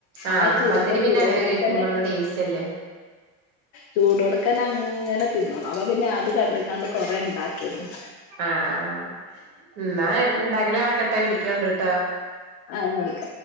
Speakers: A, on the right; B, on the left.
A: ആഹ്
B: ആ ചൂടുമ്പോ
A: പത്തിരി പിന്നെ
B: ചൂടുടുക്കനെ
A: അങ്ങനെ കഴിക്കുമ്പോഴും ടേസ്റ്റ് അല്ലേ
B: ചൂട് കൊടുക്കാൻ അങ്ങനെ തിന്നോണം അപ്പ പിന്നെ അത് കണ്ട കണ്ട് കുറെേ ഉണ്ടാക്കിരുന്നു
A: ആ ആഹ് എന്നാ ഇണ്ടാക്കിലും അടക്കെട്ടെ വിളിക്കോണ്ട്ിട്ടോ
B: ആഹ് ഞ വിളിക്ക